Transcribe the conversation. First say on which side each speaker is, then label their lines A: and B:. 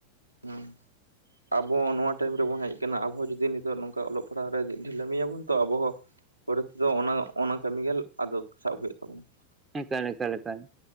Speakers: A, on the right; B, on the right.
A: ᱦᱩᱸ ᱟᱵᱚ ᱱᱚᱣᱟ ᱴᱟᱭᱤᱢ ᱨᱮᱵᱚᱱ ᱦᱮᱡ ᱠᱟᱱᱟ, ᱟᱵᱚ ᱡᱩᱫᱤ ᱱᱤᱛᱚᱜ ᱱᱚᱝᱠᱟ ᱚᱞᱚᱜ ᱯᱟᱲᱦᱟᱜ ᱨᱮ ᱰᱷᱤᱞᱟᱹᱢᱤ ᱟᱵᱚᱱ ᱛᱚ ᱟᱵᱚ ᱦᱚᱸ ᱯᱚᱨᱮ ᱛᱮᱫᱚ ᱚᱱᱟ ᱚᱱᱟ ᱠᱟᱹᱢᱤ ᱜᱮ ᱟᱫᱚ ᱥᱟᱵ ᱦᱩᱭᱩᱜ ᱛᱟᱵᱚᱱᱟ ᱾
B: ᱮᱠᱟᱞ ᱮᱠᱟᱞ ᱮᱠᱟᱞ ᱾